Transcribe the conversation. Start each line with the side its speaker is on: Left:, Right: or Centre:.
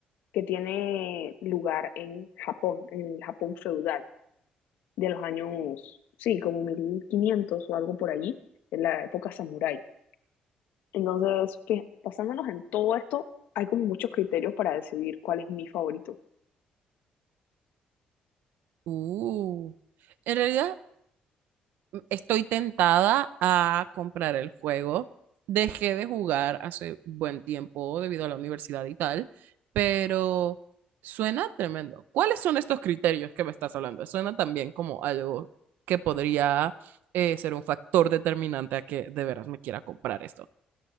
Left: que tiene lugar en Japón, en el Japón feudal de los años, sí, como 1500 o algo por allí, en la época samurái. Entonces, fija- basándonos en todo esto, hay como muchos criterios para decidir cuál es mi favorito.
Right: Uh, en realidad Estoy tentada a comprar el juego. Dejé de jugar hace buen tiempo debido a la universidad y tal, pero suena tremendo. ¿Cuáles son estos criterios que me estás hablando? Suena también como algo que podría eh, ser un factor determinante a que de veras me quiera comprar esto.